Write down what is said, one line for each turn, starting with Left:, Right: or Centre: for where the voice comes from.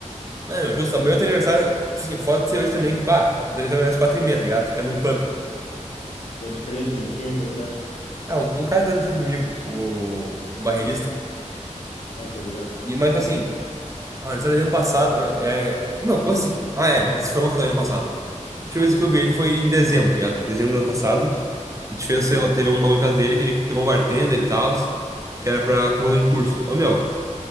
Right: Não, meu, justo. Amanhã eu tenho aniversário. Assim, foda de ser hoje também, que bah. Eu tenho aniversário às quatro e meia, tá ligado? Tu quer num pub.
Left: Pode crer, de de quem é aniversário?
Right: Ah, um, um cara fez isso comigo, o um barreirista.
Left: Ah, tô ligado.
Right: E, mas, tipo assim, Ah, ele saiu ano passado. É... Ô, Meu, como assim? Ah, é, ele se formou na faculdade ano passado. A última vez que eu vi ele foi em dezembro, tá ligado? Dezembro do ano passado. A gente fez,
Left: Sim.
Right: sei lá, teve um bagulho em casa dele que ele pegou um bartender e tal, que era pra conclusão
Left: Tá,
Right: de curso. Ô, meu.